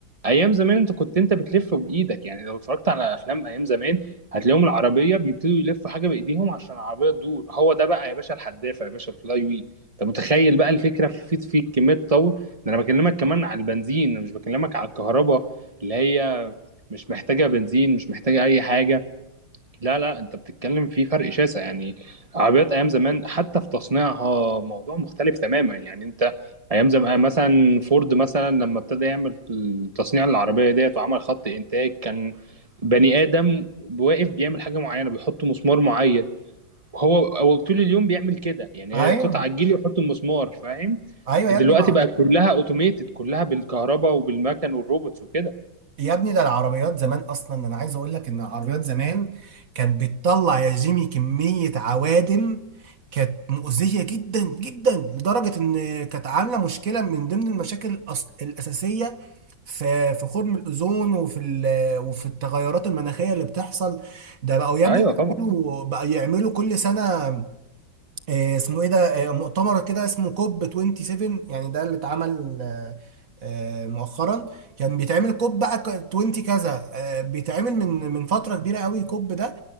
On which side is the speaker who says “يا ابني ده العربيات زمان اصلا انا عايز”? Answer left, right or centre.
Right